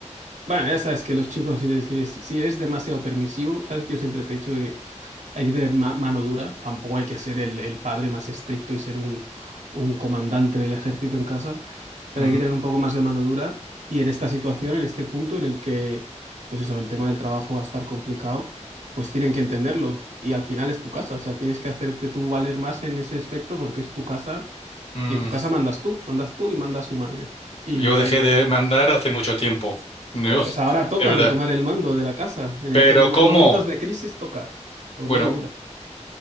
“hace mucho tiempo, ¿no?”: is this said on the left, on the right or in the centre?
Left